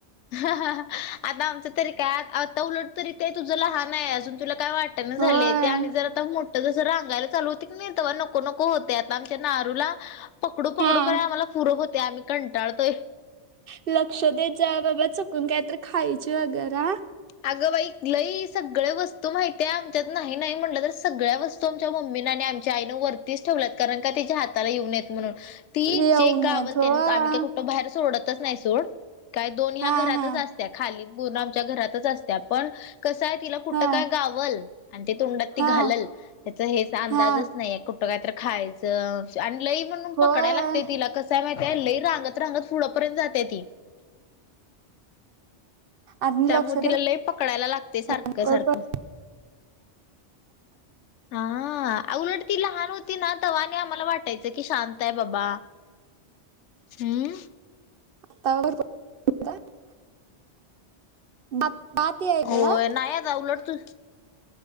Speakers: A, on the left; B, on the right.
A: हां हां आमचं तरी काय? आता उलट तरी ते तुझं लहान ये अजून तुला काय वाटन झाल
B: होय.
A: ते आणि जर आता मोठं जस रांगायला चालू होत की नाई तव्हा नको नको होतय. आता आमच्या नारूला, पकडू
B: हा.
A: पकडू पण आम्हाला पुरं होत, आम्ही कंटाळतोय.
B: लक्ष देत जा, बाबा चूकून काय तरी खायचे वगैरा.
A: अगं बाई लंई सगळ्या वस्तू माहितीया आमच्यात नाही नाही म्हटलं तर सगळ्या वस् तु आमच्या मम्मीना आणि आमच्या आईनं वरतीच ठेवलात कारण का तिच्या हाताला येऊ नाई म्हणून. ती
B: येऊ
A: जे गावल
B: नयेत होय.
A: त्यानी, आम्ही काय कुठ बाहेर सोडतच नाही सोड, काय दोन ह्या
B: हा
A: घरातच
B: हा.
A: असत्या खाली <inaudible> आमच्या घरात त असत्या, पण कसय तिला कुठ
B: हा
A: काय गावल अन ते तोंडात ती
B: हा
A: घालल, त्याचा हेच अंदाजच
B: हा
A: नाहिये कु ट काय तर खायचं आणि लई म्हणून
B: होय
A: पकडाया लागत तिला कस कसं य माहितय लई रांगत रांगत पुढपर्यंत जातेय ती.
B: आणि
A: त्यामुळे
B: लक्ष
A: तिला लय पकडायला लागतय सारखं-सारखं.
B: द्या
A: हां उलट ती लहान होती ना, तेव्हा आणि आम्हाला वाटायचं कि शांत य बाबा. हम्म.
B: <unintelligible> बात आहेला
A: होय
B: <inaudible>
A: <unintelligible> उलट तू.